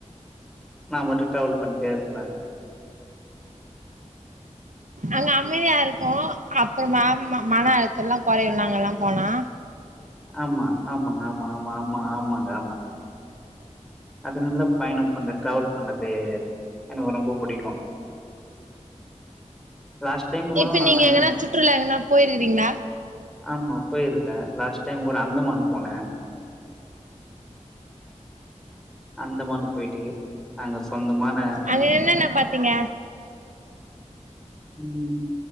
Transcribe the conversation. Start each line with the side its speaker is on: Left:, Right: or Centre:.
Centre: நா மாட்டு ட்ராவல் பண்ணிட்டேருப்பே
Right: அங்க அமைதியா இருக்கு அப்பறமா மன அழுத்தலா கொறையு நாங்கலா போனா
Centre: ஆமா ஆமாங்க ஆமா ஆமா ஆமா ஆமாங்க ஆமாங்க அதுனால பயணம் பண்றது டிராவல் பண்றது எனக்கு ரொம்ப புடிக்கு லாஸ்ட் டைமு கூட
Right: இப்ப
Centre: நானு
Right: நீங்க எங்கன்னா சுற்றுலா எங்கன்னா போயிருக்கிறீங்களா
Centre: ஆமா போயிருக்கே லாஸ்ட் டைம் கூட அந்தமான் போனே அந்தமானுக் போயிட்டு அங்க சொந்தமான
Right: அங்க என்னென்ன பாத்தீங்க
Centre: ம்